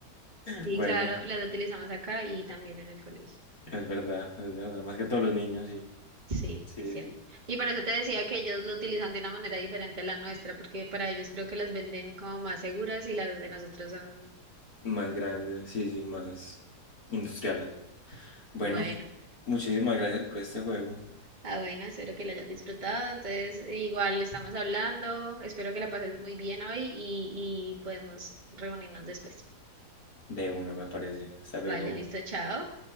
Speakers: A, on the right; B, on the left.
A: Sí,
B: Bueno,
A: claro, las utilizamos acá y también en el colegio.
B: es verdad, es verdad. Más que todos los niños, sí.
A: Sí,
B: Sí,
A: es cierto.
B: sí.
A: Y por eso te decía que ellos lo utilizan de una manera diferente a la nuestra, porque para ellos creo que las venden como más seguras y las de nosotros son,
B: Más grandes, sí, sí, más industriales. Bueno,
A: bueno,
B: muchísimas gracias por este juego.
A: ah, bueno, espero que la hayas disfrutado. Entonces, igual estamos hablando, espero que la pases muy bien hoy y, y podemos reunirnos después.
B: De una, me parece. Hasta
A: Vale,
B: luego.
A: listo, chao.